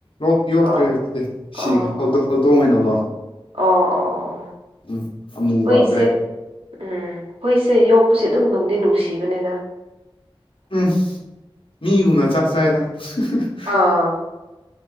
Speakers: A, on the left (about 70°); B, on the right (about 75°).
A: ꯌꫭꯛ ꯌꯣꯛꯇ꯭ꯔꯦ
B: ꯑꯣ
A: ꯍꯧꯖꯤꯛꯗꯤ
B: ꯑꯣ
A: ꯁꯤꯒ꯭ꯔꯦ <unintelligible> ꯍꯧꯗꯣꯡ ꯑꯣꯏꯅꯀꯣ
B: ꯑꯣ ꯑꯣ ꯑꯣ
A: ꯎꯝ ꯑꯃꯨꯕ
B: ꯍꯨꯏꯁꯦ
A: ꯕ꯭ꯂꯦꯛ
B: ꯎꯝ ꯍꯨꯏꯁꯦ ꯌꯣꯛꯄꯁꯦ ꯑꯗꯨꯝ ꯅꯨꯡꯗꯤ ꯅꯨꯡꯁꯤꯕꯅꯦꯗ
A: <unintelligible> ꯃꯤꯒꯨꯝꯅ ꯆꯥꯛ ꯆꯥꯥꯏꯗ <unintelligible>
B: ꯑꯥ